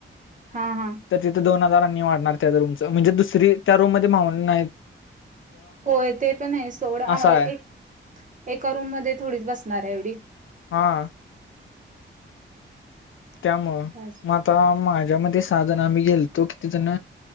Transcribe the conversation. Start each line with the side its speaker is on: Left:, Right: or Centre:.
Right: हा हा
Left: तर तिथे दोन हजारांनी वाढणार त्या रूमच म्हणजे दुसरी त्या रूम मध्ये मावून नाही
Right: होय ते पण आहे सोड
Left: असा
Right: एक
Left: आहे
Right: एका रूम मध्ये थोडीच बसणार आहे एवढी
Left: हा त्यामुळं
Right: बस.
Left: मग आता माझ <unintelligible> सहाजण आम्ही गेलतो किती जण